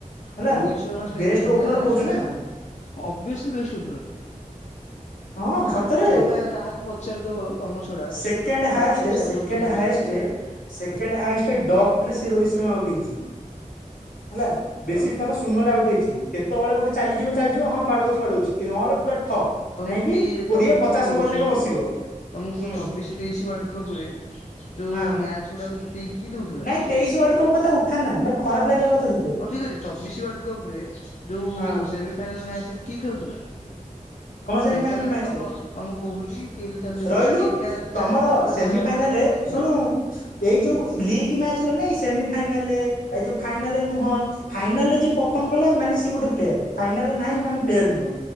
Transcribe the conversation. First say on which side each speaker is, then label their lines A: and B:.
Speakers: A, on the left; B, on the left.
A: ହେଲା।
B: ହୁଁ Rohit Sharma strike
A: best
B: rate
A: ଓପନର
B: ନା ଅଁ
A: କହୁଛୁ
B: ହ ଅବ୍ୟସିଲି ବେଷ୍ଟ <unintelligible>
A: ହଁ
B: କାହାକୁ
A: ସତରେ।
B: ତମେ କାହାକୁ ପଚାରିଦବ ତମ ଛଡା
A: ସେକେଣ୍ଡ
B: କାହାକୁ
A: ହାଏଷ୍ଟ
B: ପଚାରି
A: ସେକେଣ୍ଡ
B: ଦବ କିଏ ମନା
A: ହାଏଷ୍ଟ
B: କରିବ ମତେ କହିବ।
A: ସେକେଣ୍ଡ ହାଇଏଷ୍ଟ ରେ ଡ଼କ୍ଟ ରେ ସେ ରୋହିତ ଶର୍ମା ଆଉଟ୍ ହେଇଚି ହେଲା ବେଶୀ
B: ତ
A: ଥର ସୋ ସୁୂନରେ ଆଉଟ୍ ହେଇଚି କେତବେଳେ ଗୋଟେ ଚାଲିଯିବ ଚାଲିଯିବ ହଁ ବାଡୋଉଚି ବାଡୋଉଚି କି ନହେଲେ ପୁରା ଠପ୍।
B: ତମକୁ
A: ଯାଇକି
B: ତି
A: କୋଡିଏ
B: ତମକୁ
A: ପଚାଶ ଓଭର
B: ଶୁନ
A: ଯାକ ବସିବ
B: ତମକୁ
A: ହୁଁ
B: ଚବିଶି ତେଇଶି ୱାର୍ଲଡ କପ୍ ରେ ଯୋଉ
A: ହଁ।
B: ମ୍ୟାଚ୍ ଗୁଡାକ ଜିତେଇକି କିଏ ଦଉଥିଲା
A: ନାଇଁ ତେଇଶି ୱାର୍ଲଡ କପ୍ କଥା ଉଠାନା ମେ ଖରାପ ଲାଗିବା କଥା ତ
B: ହଉ ଠିକ ଅଛି ଚବିଶ ୱାର୍ଲଡ କପ୍ ରେ ଯୋଉ
A: ହଁ
B: ସେମିଫାଇନାଲ ମ୍ୟାଚ୍ ରେ କିଏ ଖେଳୁଥିଲା?
A: କଣ
B: ସେମିଫାଇନାଲ
A: ମ୍ୟାଚରେ
B: ତମ ତମ କୋହଲି କେହି ତ ଚାଲିଲେନି
A: ରହିଲୁ
B: ସିଏ ଏକା
A: ତମର
B: ଚାଳିଶ ଟା ବଲ ରେ
A: ସେମିଫାଇନାଲରେ
B: ବୟାନବେ ବାଡେଇଲା ବୋଲି ଜିତିଲ।
A: ଶୁଣୁ ଏଇ ଯୋଉ ଲିଗ୍ ମ୍ୟାଚରେ ନାଇଁ ସେମି ଫାଇନାଲରେ ଏ ଯୋଉ ଫାଇନାଲରେ ନୁହଁ ଫାଇନାଲ ରେ ଯିଏ ପର୍ଫର୍ମ କଲା ମାନେ ସିଏ ଗୋଟେ ପ୍ଲେୟାର ଫାଇନାଲ ରେ ନାହିଁ ମାନେ ପ୍ଲେୟର ନୁହଁ